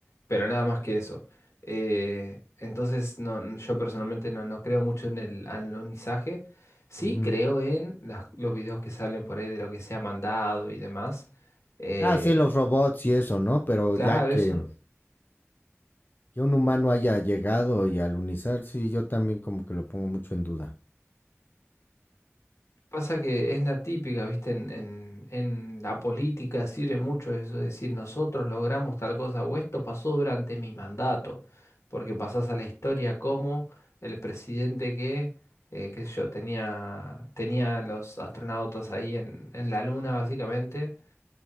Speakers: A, on the left; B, on the left.
A: Pero nada más que eso. Eh, entonces, no, n- yo personalmente no, no creo mucho en el anonizaje. Sí
B: Ujú.
A: creo en las- los videos que salen por ahí de lo que se ha mandado y demás. Eh,
B: Ah, sí, los robots y eso, ¿no? Pero
A: claro,
B: ya que
A: eso.
B: Que un humano haya llegado y alunizar, sí, yo también como que lo pongo mucho en duda.
A: Pasa que es la típica, ¿viste? En, en, en la política sirve mucho eso, es decir, nosotros logramos tal cosa o esto pasó durante mi mandato, porque pasás a la historia como el presidente que, eh, qué sé yo, tenía, tenía los astronautas ahí en, en la luna, básicamente,